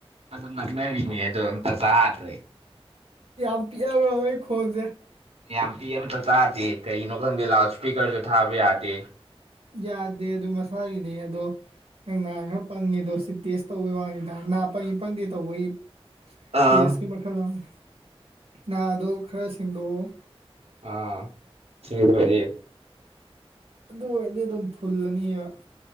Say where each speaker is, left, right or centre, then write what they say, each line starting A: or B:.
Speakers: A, on the right; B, on the right.
A: ꯑꯗꯨ ꯂꯛꯅꯔꯤꯅꯦ ꯑꯗꯣ ꯑꯝꯇ <unintelligible> ꯆꯥꯗ꯭ꯔꯦ <unintelligible>
B: ꯌꯥꯝ ꯄꯤꯛꯑꯕ꯭ꯔ ꯑꯩ ꯈꯣꯟꯁꯦ
A: ꯌꯥꯝ ꯄꯤ ꯑꯝꯇ ꯆꯥꯗꯦ ꯀꯒꯤꯩꯅꯣ ꯈꯪꯗꯦ ꯂꯥꯎꯠ ꯏꯁꯄꯤꯀꯔꯁꯨ ꯊꯥꯕ ꯌꯥꯗꯦ
B: ꯌꯥꯗꯦ ꯑꯗꯨꯝ ꯃꯁꯥꯒꯤꯅꯤ ꯑꯗꯣ ꯅꯪ ꯅꯥ ꯈꯔ ꯄꯪꯉꯦ ꯑꯗꯣ ꯁꯤ ꯇꯦꯁ ꯇꯧꯕꯩ ꯋꯥꯅꯤꯗ ꯅꯥ ꯄꯪꯉꯤ ꯄꯪꯗꯦ ꯇꯧꯕꯩ
A: ꯑꯥ
B: ꯇꯦꯁꯀꯤ ꯃꯈꯜ ꯑꯃ ꯅꯥꯥꯗꯣ ꯈꯔ ꯁꯦꯡꯗꯣꯛꯎ
A: ꯑ ꯁꯤꯌꯦ
B: ꯑꯗꯨ ꯑꯣꯏꯔꯗꯤ ꯑꯗꯨꯝ ꯐꯨꯜꯂꯅꯤꯕ